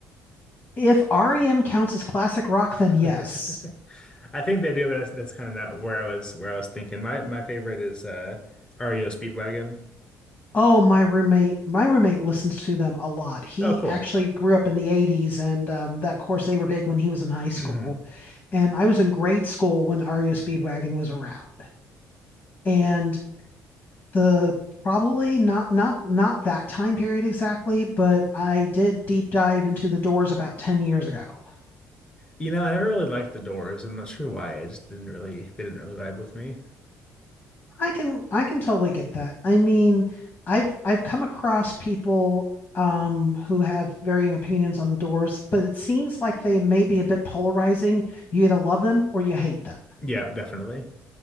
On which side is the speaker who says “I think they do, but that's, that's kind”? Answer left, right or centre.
Left